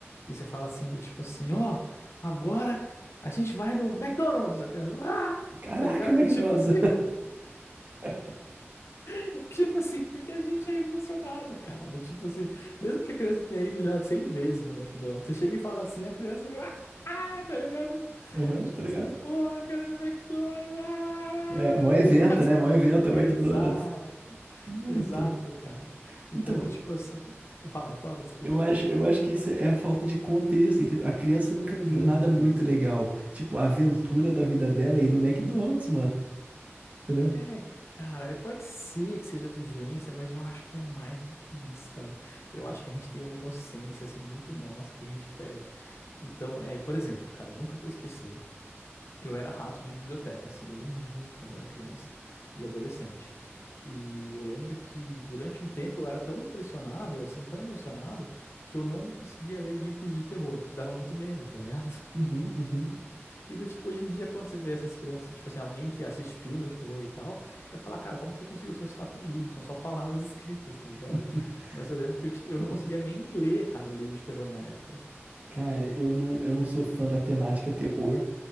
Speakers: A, on the left; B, on the right.
A: e você fala assim, do tipo assim, ó, agora a gente vai no McDonald's, a criança, ah!
B: Caraca,
A: Tá ligado?
B: McDonald's.
A: <laughs> Do Tipo assim,
B: <laughs>
A: <laughs> tipo assim, porque a gente é emocionado, cara. Do tipo assim, mesmo que a criança tenha ido já 100 vezes no McDonald's, você chega e fala assim, a criança, ah! Tá ligado?
B: Aham,
A: Tipo
B: tá ligado?
A: assim, porra, eu quero ir no McDonald's, ah, ah,
B: É, mó evento,
A: ah, ah", tá ligado?
B: né?
A: <laughs>
B: Mó evento é o
A: Exato,
B: McDonald's. Não,
A: exato,
B: então.
A: cara. Então,
B: Então,
A: do tipo assim, fala, fala, desculpa.
B: eu acho, eu acho que isso é a falta de contexto, entendeu? A criança nunca viveu
A: Hum,
B: nada muito legal. Tipo, a aventura da vida dela é ir no McDonald's, mano. Entendeu?
A: é, cara, é, pode ser que seja vivência, mas eu acho que é mais do que isso, cara. Eu acho que a gente tem uma inocência, assim, muito nossa que a gente perde. Então, é, por exemplo, cara, eu nunca vou esquecer. Eu era rato de biblioteca, assim, eu li muito quando era criança e adolescente. E eu lembro que durante um tempo eu era tão impressionável, assim, tão emocionado, que eu não conseguia ler livros de terror, porque dava muito medo, tá ligado? <laughs>
B: Uhum, uhum.
A: E do tipo, hoje em dia, quando você vê essas crianças, tipo assim, alguém que assiste filmes de terror e tal, vai falar, cara, como que você conseguiu se assustar com um livro? São só palavras <laughs> escritas, tá ligado?
B: <laughs>
A: Mas eu lembro que eu, ti- eu
B: Pô,
A: não conseguia nem ler, cara, o livro de terror na época.
B: cara, eu não, eu não sou fã da temática terror,